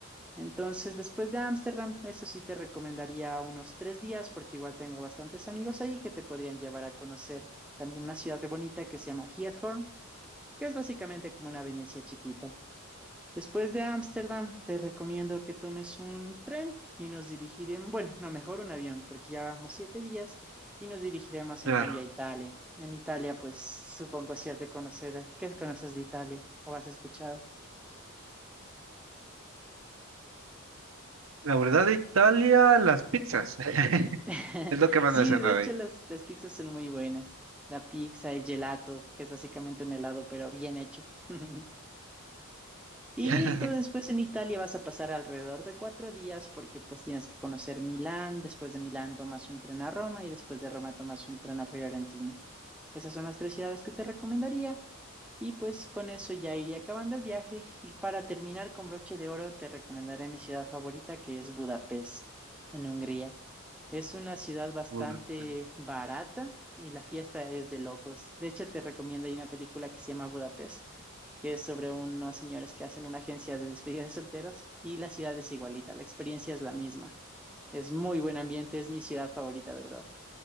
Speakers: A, in the centre; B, on the right.
A: Entonces, después de Ámsterdam, eso sí te recomendaría unos tres días, porque igual tengo bastantes amigos ahí que te podrían llevar a conocer también una ciudad bonita que se llama Giethoorn, que es básicamente como una Venecia chiquita. Después de Ámsterdam, te recomiendo que tomes un tren y nos dirigiremos, bueno, no, mejor un avión, porque ya vamos siete días y nos dirigiremos
B: Claro.
A: en cambio a Italia. En Italia, pues supongo si has de conocer, ¿qué conoces de Italia o has escuchado?
B: La verdad de Italia, las pizzas. <laughs>
A: <laughs>
B: Es lo que más
A: Sí,
B: me suena
A: de hecho
B: de ahí.
A: las, las pizzas son muy buenas. La pizza, el gelato, que es básicamente un helado, pero bien hecho. <laughs> Y
B: <laughs>
A: listo, después en Italia vas a pasar alrededor de cuatro días porque pues tienes que conocer Milán, después de Milán tomas un tren a Roma y después de Roma tomas un tren a Fiorentina. Esas son las tres ciudades que te recomendaría y pues con eso ya iría acabando el viaje y para terminar con broche de oro te recomendaré mi ciudad favorita que es Budapest en Hungría. Es una ciudad bastante
B: Puta, sí.
A: barata y la fiesta es de locos. De hecho, te recomiendo, hay una película que se llama Budapest, que es sobre unos señores que hacen una agencia de despedida de solteros y la ciudad es igualita, la experiencia es la misma. Es muy buen ambiente, es mi ciudad favorita de Europa.